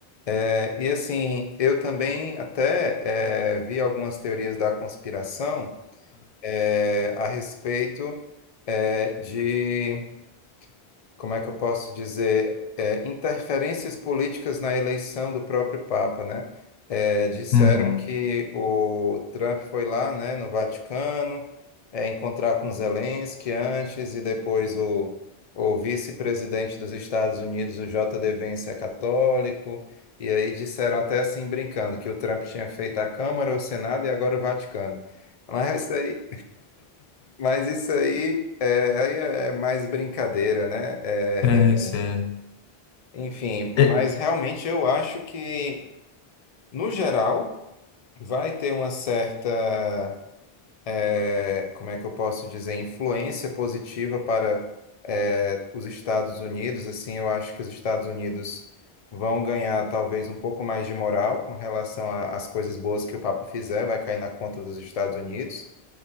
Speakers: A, on the left; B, on the left.
A: É, e assim, eu também até é, vi algumas teorias da conspiração é, a respeito é, de como é que eu posso dizer, é, interferências políticas na eleição do próprio Papa, né? É, disseram
B: Uhum.
A: que o Trump foi lá, né, no Vaticano, é, encontrar com Zelensky antes e depois o, o vice-presidente dos Estados Unidos, o J. D. Vance, é católico. E aí disseram até assim, brincando, que o Trump tinha feito a Câmara, o Senado e agora o Vaticano. Mas isso aí, mas isso aí, é, aí é mais brincadeira, né? É,
B: Sim, sim.
A: é, enfim, mas
B: E-
A: realmente eu acho que, no geral, vai ter uma certa, eh, como é que eu posso dizer, influência positiva para, eh, os Estados Unidos. Assim, eu acho que os Estados Unidos vão ganhar talvez um pouco mais de moral com relação a- às coisas boas que o Papa fizer, vai cair na conta dos Estados Unidos.